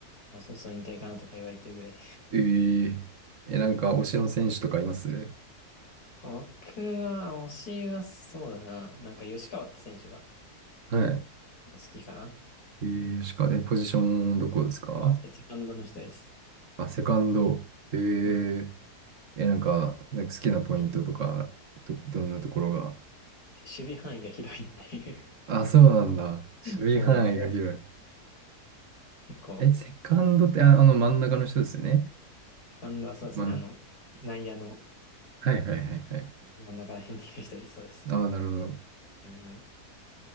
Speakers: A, on the left; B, on the right.
A: もうそろそろ引退かなとか言われてるぐらい
B: えー、え、なんか、推しの選手とかいます
A: 僕は、推しはそうだな。なんか吉川って選手が
B: はい。
A: 好きかな。
B: えー、吉川、え、ポジションどこですか
A: まあ、セカンドの人です。
B: あ、セカンド。えー、
A: うん。
B: え、なんか、
A: 結構、
B: なんか好きなポイントとか、
A: うん
B: ど、どんなところが。
A: 守備範囲が広いっていう。
B: あ、そうなんだ。
A: <laughs>
B: 守備範囲が広い。
A: そうだけど、結構、
B: え、セカンドって、あ、あの真ん中の人ですよね。
A: セカンドはそうですね。
B: まん、
A: あの、内野の
B: はいはいはいはい。
A: 真ん中ら辺にいる人です。そうです。
B: ああ、なるほど。
A: うん。